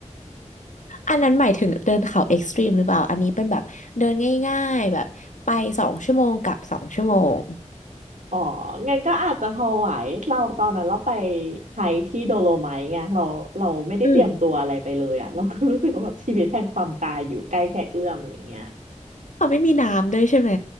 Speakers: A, on the left; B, on the right.
A: อันนั้นหมายถึงเดินเขาเอ็กซ์ตรีมหรือเปล่าอันนี้เป็นแบบเดินง่ายๆแบบไปสองชั่วโมงกลับสองชั่วโมง
B: อ๋องั้นก็อาจจะพอไหวเราตอนนั้นเราไปไฮค์ที่โดโลไมท์ไงเราเราไม่ได้เตรียมตัวอะไรไปเลยอ่ะเราก็รู้สึกว่าแบบชีวิตแห่งความตายอยู่ใกล้แค่เอื้อมอะไรอย่างเงี้ย
A: อืมเขาไม่มีน้ำด้วยใช่ไหม